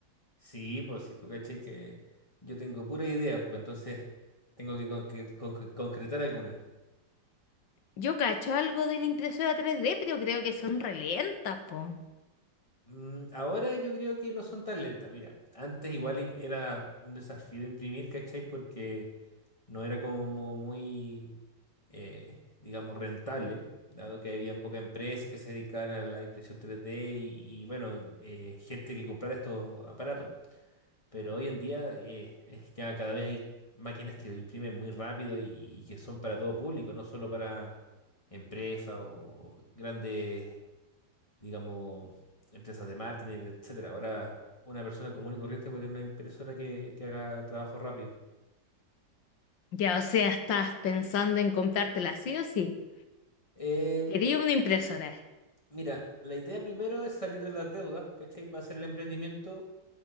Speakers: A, on the left; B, on the left.
A: Sí, pues si tú cachai que yo tengo pura idea, pues entonces tengo que concre- concre- concretar algunas.
B: Yo cacho algo de la impresora tres d pero creo que son relentas, po.
A: Mm, ahora yo creo que no son tan lentas. Mira, antes igual i- era un desafío imprimir, ¿cachai? Porque no era como muy, eh, digamos, rentable, dado que había pocas empresas que se dedicaban a la impresión tres d y, y, bueno, eh, gente que comprara estos aparatos. Pero hoy en día eh, es ya cada vez hay máquinas que imprimen muy rápido y, y que son para todo público, no solo para empresas o grandes, digamos, empresas de marketing, etcétera. Ahora una persona común y corriente puede tener una impresora que, que haga trabajo rápido.
B: Ya, o sea, estás pensando en comprártela sí o sí.
A: Eh,
B: Quería una impresora.
A: Mira, la idea primero es salir de las deudas, ¿cachai? Para hacer el emprendimiento